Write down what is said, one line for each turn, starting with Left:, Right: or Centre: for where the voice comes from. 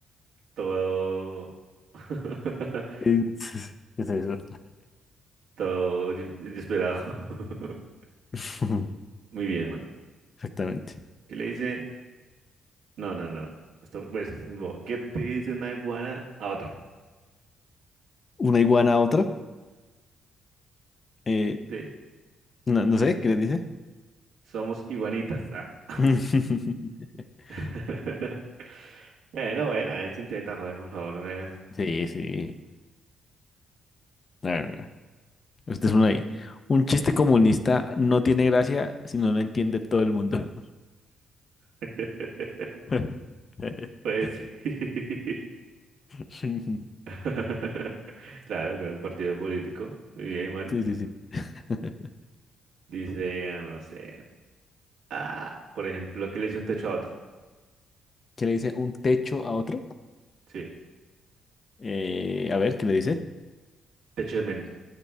Right: Todo. <laughs>
Left: ¿Qué es eso?
Right: Todo des- desesperado. <laughs>
Left: <laughs>
Right: Muy bien, Juan.
Left: Exactamente.
Right: ¿Qué le dice? No, no, no. Esto, pues, no. ¿qué te dice una iguana a otra?
Left: Una iguana a otra. eh,
Right: Sí,
Left: no, no sé, ¿qué le dice?
Right: somos iguanitas. Ah. <laughs>
Left: <laughs>
Right: <laughs> Bueno, bueno, ahí se intenta jugar, por favor, no me hagas.
Left: Sí, sí. A ver, este es uno ahí. Un chiste comunista no tiene gracia si no lo entiende todo el mundo.
Right: <laughs>
Left: <laughs>
Right: Pues sí.
Left: Sí,
Right: <laughs> Claro, que el partido político. Muy bien, Juan.
Left: sí, sí. <laughs>
Right: Dice, ah, no sé. Ah, por ejemplo, que le dice un techo a otro.
Left: ¿Qué le dice un techo a otro?
Right: Sí,
Left: Eh, a ver, ¿qué le dice?
Right: techo de menos.